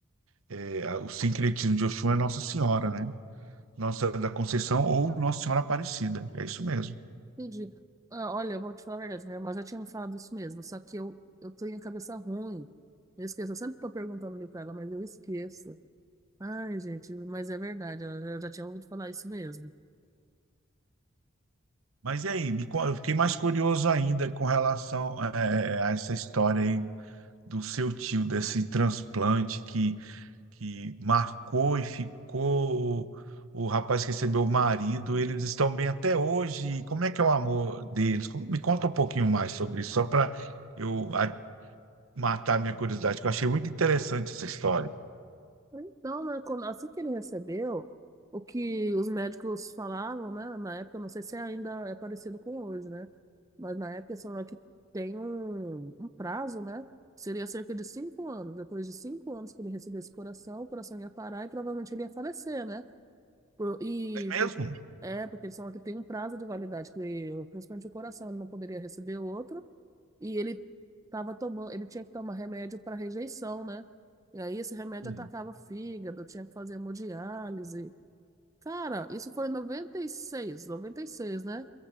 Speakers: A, on the right; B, on the right.
A: É, a- o sincretismo de Oxum é Nossa Senhora, né? Nossa da Conceição ou Nossa Senhora Aparecida. É isso mesmo.
B: Entendi. Ah, olha, eu vou te falar a verdade, minha irmã já tinha me falado isso mesmo, só que eu, eu tenho a cabeça ruim. Eu esqueço, eu sempre tô perguntando ali pra ela, mas eu esqueço. Ai, gente, mas é verdade, ela- eu já tinha ouvido falar isso mesmo.
A: Mas e aí? Me co- eu fiquei mais curioso ainda com relação é, é, a essa história aí do seu tio, desse transplante que que marcou e ficou. O rapaz que recebeu o marido, eles estão bem até hoje. E Como é que é o amor deles? Como- Me conta um pouquinho mais sobre isso, só para eu a- matar minha curiosidade, que eu achei muito interessante essa história.
B: Então, né, quando- assim que ele recebeu, o que os médicos falavam, né, na época, não sei se ainda é parecido com hoje, né, mas na época eles falaram que tem um, um prazo, né, seria cerca de cinco anos. Depois de cinco anos que ele recebesse o coração, o coração ia parar e provavelmente ele ia falecer, né? Por- E
A: É mesmo?
B: porque é, porque eles falam que tem um prazo de validade, que principalmente o coração, ele não poderia receber outro, e ele tava tomando, ele tinha que tomar remédio para rejeição, né? E aí esse remédio
A: Sim,
B: atacava o fígado, tinha que fazer hemodiálise. Cara, isso foi em noventa e seis noventa e seis, né?